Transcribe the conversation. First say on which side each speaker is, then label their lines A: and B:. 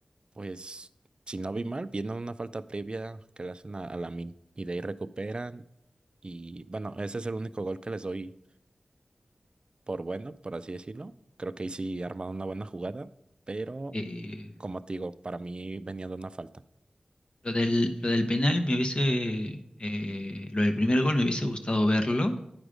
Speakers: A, on the right; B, on the left.
A: pues si no vi mal, viene una falta previa que le hacen a, la Lamine y de ahí recuperan. Y bueno, ese es el único gol que les doy por bueno, por así decirlo. Creo que ahí sí armaron una buena jugada, pero
B: Eh,
A: como te digo, para mí venía de una falta.
B: Lo del, lo del penal me hubiese, eh, lo del primer gol me hubiese gustado verlo,